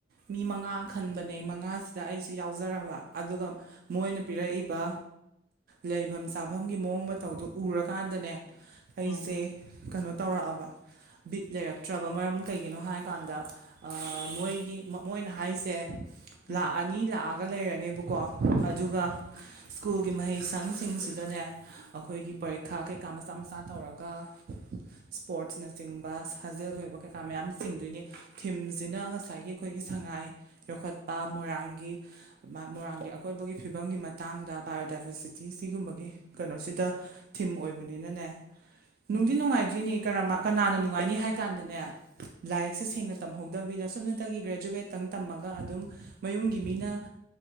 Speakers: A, on the right (about 50°); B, on the left (about 85°).
A: ꯃꯤ ꯃꯉꯥ ꯈꯟꯕꯅꯦ ꯃꯉꯥꯁꯤꯗ ꯑꯩꯁꯨ ꯌꯥꯎꯖꯔꯕ ꯑꯗꯨꯒ ꯃꯣꯏꯅ ꯄꯤꯔꯛꯏꯕ ꯂꯩꯐꯝ ꯆꯥꯐꯝ ꯅꯪꯒꯤ ꯃꯑꯣꯡ ꯃꯇꯧꯗꯣ ꯎꯔꯀꯥꯟꯗꯅꯦ ꯑꯩꯁꯦ
B: ꯎꯝ
A: ꯀꯩꯅꯣ ꯇꯧꯔꯛꯑꯕ ꯕꯤꯠ ꯂꯩꯔꯛꯇ꯭ꯔꯕ ꯃꯔꯝ ꯀꯩꯒꯤꯅꯣ ꯍꯥꯏꯀꯥꯟꯗ ꯃꯣꯏꯒꯤ ꯃꯣꯏꯅ ꯍꯥꯏꯁꯦ
B: ꯎꯝ
A: ꯂꯥꯛꯑꯅꯤ ꯂꯥꯛꯑꯒ ꯂꯩꯔꯅꯦꯕꯀꯣ ꯑꯗꯨꯒ ꯁ꯭ꯀꯨꯜꯒꯤ ꯃꯍꯩꯁꯪꯁꯤꯡꯁꯤꯗꯅꯦ ꯑꯩꯈꯣꯏꯒꯤ ꯄꯔꯤꯈꯥ ꯀꯩꯀꯥ ꯃꯆꯥ ꯃꯆꯥ ꯇꯧꯔꯒ ꯏꯁꯄꯣꯔꯠꯁꯅꯆꯤꯡꯕ ꯁꯥꯖꯦꯜꯒꯤ ꯑꯣꯏꯕ ꯀꯩꯀꯥ ꯃꯌꯥꯝ ꯆꯤꯡꯗꯣꯏꯅꯤ ꯊꯤꯝꯁꯤꯅ ꯉꯁꯥꯏꯒꯤ ꯑꯩꯈꯣꯏꯒꯤ ꯁꯉꯥꯏ ꯌꯣꯛꯈꯠꯄ ꯃꯣꯏꯔꯥꯡꯒꯤ ꯃꯣꯏꯣꯔꯥꯡꯒꯤ ꯑꯀꯣꯏꯕꯒꯤ ꯐꯤꯕꯝꯒꯤ ꯃꯇꯥꯡꯗ ꯕꯥꯏꯑꯣꯗꯥꯏꯕꯔꯁꯤꯇꯤ ꯁꯤꯒꯨꯝꯕꯒꯤ ꯀꯩꯅꯣꯁꯤꯗ ꯊꯤꯝ ꯑꯣꯏꯕꯅꯤꯅꯅꯦ
B: ꯎꯝ
A: ꯅꯨꯡꯗꯤ ꯅꯨꯡꯉꯥꯏꯇ ꯑꯗꯨꯏꯅꯦ ꯀ ꯀꯅꯥꯅ ꯅꯨꯡꯉꯥꯏꯅꯤ ꯍꯥꯏ ꯀꯥꯟꯗꯅꯦ ꯂꯥꯏꯔꯤꯛꯁꯦ ꯁꯦꯡꯅ ꯇꯝꯍꯧꯗꯕꯤꯗ ꯁꯨꯞꯅꯇꯒꯤ ꯒ꯭ꯔꯦꯖꯨꯋꯦꯠꯇꯪ ꯇꯝꯃꯒ ꯑꯗꯨꯝ ꯃꯌꯨꯝꯒꯤ ꯃꯤꯅ